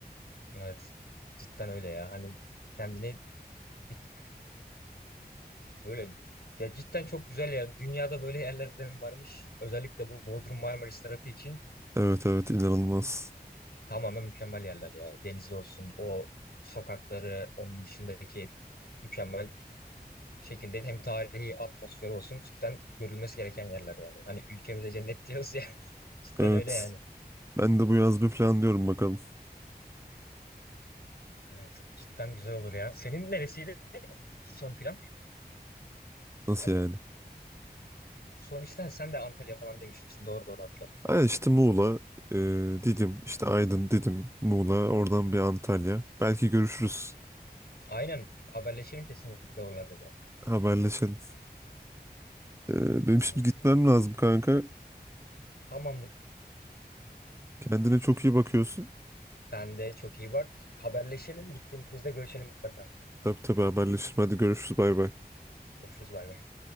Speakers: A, on the left; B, on the right.
A: Evet. Cidden öyle ya. Hani kendini bir tık Böyle ya cidden çok güzel ya. Dünyada böyle yerlerden varmış. Özellikle bu Bodrum Marmaris tarafı için
B: Evet evet inanılmaz.
A: tamamen mükemmel yerler ya. Denizi olsun, o sokakları, onun dışındaki mükemmel şekilde hem tarihi atmosferi olsun cidden görülmesi gereken yerler yani. Hani ülkemize cennet diyoruz ya. <laughs> Cidden
B: Evet.
A: öyle yani.
B: Ben de bu yaz bir plan diyorum bakalım.
A: Evet, cidden güzel olur ya. Senin neresiydi son plan?
B: Nasıl
A: Yani
B: yani?
A: son işten sen de Antalya falan demiştin. Doğru doğru hatırladım Tam.
B: Ay işte Muğla, e, Didim, işte Aydın, Didim, Muğla, oradan bir Antalya. Belki görüşürüz.
A: Aynen haberleşelim kesinlikle oralarda da.
B: Haberleşelim. E, benim
A: Olur.
B: şimdi gitmem lazım kanka.
A: Tamamdır.
B: Kendine çok iyi bakıyorsun.
A: Sen de çok iyi bak. Haberleşelim. Gittiğimizde görüşelim mutlaka.
B: Tabii tabii haberleşelim. Hadi görüşürüz. Bay bay.
A: Görüşürüz bay bay.